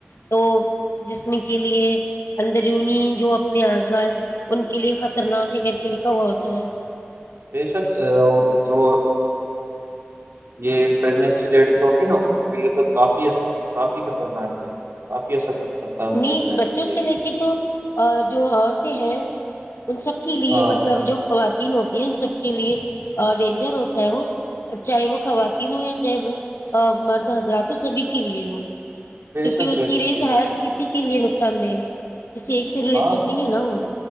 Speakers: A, on the left; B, on the right.
A: تو جسم کے لیے اندرونی جو اپنے اعضاء ان کے لیے خطرناک ہے کر کے لکھا ہوا ہوتا ہے
B: بیشک اور جو یہ پگننسی لیڈیز ہوتی نا ان کے لیے تو کافی کافی خطرناک ہے کافی اثر پڑتا ہے ان
A: نی
B: کے ذہن
A: بچوں
B: پہ
A: سے لے کے تو جو اور تی ہے ان سب کے لیے
B: ہاں
A: مطلب جو خوات ہوتی ہے ان سب کے لیے ڈینجر ہوتا ہے وہ چاہے وہ خواتین ہو یا چاہے وہ مرد حضرات ہو سبھی کے لیے وہ
B: بے
A: کیونکہ
B: شک
A: اس
B: بے
A: کی
B: شک بے
A: زار
B: شک
A: کے لیے نقصان دہ کسی ایک سے ریلیٹڈ
B: ہاں
A: نہیں ہے نا وہ